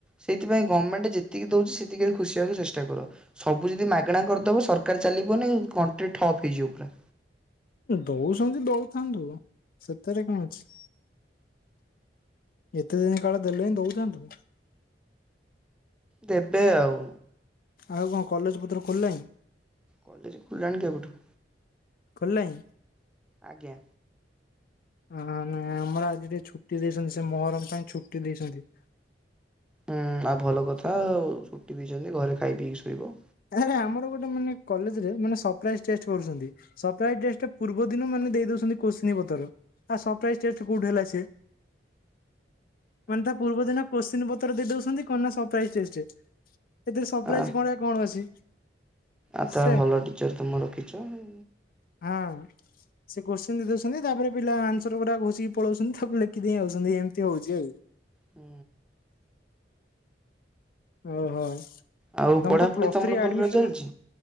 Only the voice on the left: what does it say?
ଦଉସନ୍ତି ଦଉଥାନ୍ତୁ, ସେଥେରେ କଣ ଅଛି? ଏତେ ଦିନ କାଳ ଦେଲେଣି ଦଉଥାନ୍ତୁ।
ଆଉ କଣ, କଲେଜ ପତ୍ର ଖୋଲିଲାଇଁ?
ଖୋଲ୍ ଲାଇଁ?
ହଁ, ନାଇଁ, ଆମର ଆଜି ଟିକେ ଛୁଟି ଦେଇସନ୍ତି। ସେ ମହରମ୍ ପାଇଁ ଛୁଟି ଦେଇଛନ୍ତି।
ସେ
ଆରେ ଆମର ଗୋଟେ ମାନେ କଲେଜ୍ ରେ ମାନେ ସରପ୍ରାଇଜ ଟେଷ୍ଟ କରୁଛନ୍ତି। ସରପ୍ରାଇଜ ଟେଷ୍ଟ ପୂର୍ବ ଦିନ ମାନେ ଦେଇ ଦଉଛନ୍ତି କୋଶ୍ଚି ପତର। ଆ ସରପାଇଜ କୋଉଠି ହେଲା ସେ। ମାନେ ତା ପୂର୍ବ ଦିନ କୋଶ୍ଚି ପତ୍ର ଦେଇ ଦଉଛନ୍ତି କଣ ନା ସରପ୍ରାଇଜ ଟେଷ୍ଟ। ଏଥିରେ ସରପ୍ରାଇଜ
କନିଆ କଣ ଅଛି।
ସେ
ହଁ। ସେ କୋଶ୍ଚିନ ଦଉଛନ୍ତି ତାପରେ ପିଲା ଆନ୍ସର ପୁରା ଘୋଷିକି ପଳଉଛନ୍ତି ତାକୁ ଲେଖି ଦେଇ ଆସଉଛନ୍ତି ଏମିତି ହଉଛି ଆଉ।
ଓହୋ
ତମ
ତ ପ୍ଲସ
ଥ୍ରୀ
ଆଡମିସନ୍।